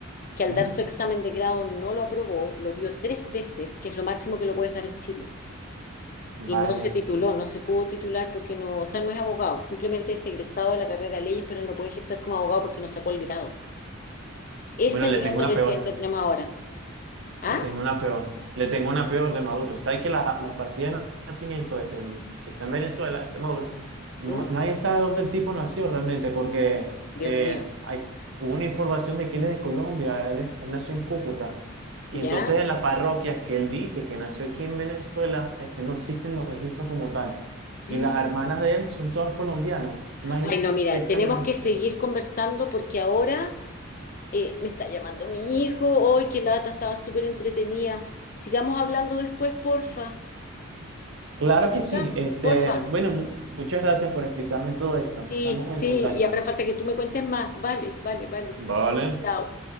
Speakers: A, on the left (about 40°); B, on the right (about 65°).
A: que al
B: ujú.
A: dar su examen de grado no lo aprobó, lo dio tres veces, que es lo máximo que lo puedes dar en Chile.
B: Vaya.
A: Y no se tituló, no se pudo titular porque no, o sea, no es abogado, simplemente es egresado de la carrera de leyes, pero no puede ejercer como abogado porque no sacó el grado.
B: Bueno,
A: Ese
B: le
A: nivel
B: tengo
A: de
B: una
A: presidente
B: peor.
A: tenemos ahora. ¿Ah?
B: Le tengo una peor. Le tengo una peor de Maduro. ¿Sabes que la, la partida de nacimiento de- del que está en Venezuela, este Maduro, no,
A: ¿Mm?
B: nadie sabe dónde el tipo nació realmente, porque
A: Dios
B: eh,
A: mío.
B: hay, hubo una información de que él es de Colombia, él, es- él nació en Cúcuta. Y
A: ¿Ya?
B: entonces
A: <clears throat>
B: en la parroquia que él dice que nació aquí en Venezuela, este, no existen los registros como tal.
A: Mm.
B: Y las hermanas de él son todas colombianas. Imagínense
A: Ay, no, mira,
B: qué tan
A: tenemos
B: grande.
A: que seguir conversando porque ahora eh, me está llamando mi hijo. Hoy qué lata, estaba súper entretenida. Sigamos hablando después, porfa.
B: Claro
A: ¿Te tinca?
B: que sí. Este,
A: Porfa.
B: bueno, mu- muchas gracias por explicarme todo esto.
A: Sí,
B: Estamos
A: sí,
B: en contacto.
A: y ahora falta que tú me cuentes más. Vale, vale, vale.
B: Vale.
A: Chao.